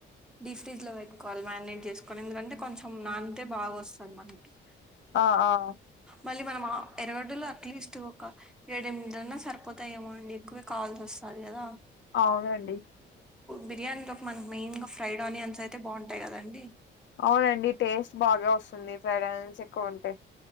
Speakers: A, in the centre; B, on the left.
A: డీప్ ఫ్రిడ్జ్ లో పెట్టుకోవాలి మ్యారినేట్ చేసుకొని ఎందుకంటే కొంచెం నానితే బాగొస్తది మనకి.
B: ఆ ఆ
A: మళ్ళీ మనం ఆ ఎర్రగడ్డలూ అట్లీస్ట్ ఒక ఏడ్ ఎనిమిదన్నా సరిపోతాయేమో అండి. క్కువే కాల్ చేస్తాది గదా
B: అవునండి
A: బిర్యానీలోకి మనక్ మెయిన్ గా ఫ్రైడ్ ఆనియన్స్ అయితే బాగుంటాయి కద అండి.
B: అవునండి టేస్ట్ బాగా వస్తుంది ఫ్రైడ్ ఆనియన్స్ ఎక్కువ ఉంటే.